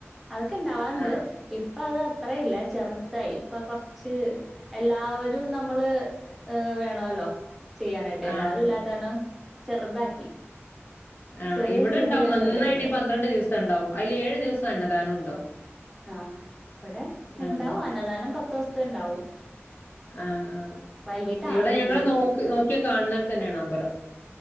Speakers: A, in the centre; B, on the left.
A: അതൊക്കെ ഉണ്ടാവാറുണ്ട്
B: ആഹ്
A: അപ്പ അത് അത്രയില്ല ചെറുതായി ഇപ്പൊ കൊറച്ച് എല്ലാവരും നമ്മള് ഏർ വേണല്ലോ ചെയ്യാനായിട്ട്
B: ആഹ്
A: എല്ലാരും ഇല്ലാത്താനോ ചെറുതാക്കി
B: ആഹ്
A: ചെറിയ
B: ഇവിടെണ്ടാവും
A: രീതിയിലാണ്
B: നന്നായിട്ട്
A: പരിപാടിയൊക്കെ
B: ഈ പന്ത്രണ്ട് ദിവസം ഉണ്ടാവും അയ്ല് ഏഴു ദിവസം
A: ഉം
B: അന്നദാനം ഉണ്ടാവും
A: ആഹ് ഇവിടെ ഉണ്ടാവും
B: ആഹ്
A: അന്നദാനം പത്ത് ദിവസത്തെ ഇണ്ടാവും
B: ആഹ് ആഹ്
A: വൈകീട്ട്
B: ഇവിടെ
A: ആള് കൂടുതല്
B: ഞങ്ങള് നോ നോക്കി കാണുന്നട്തന്നെയാണ് അമ്പലം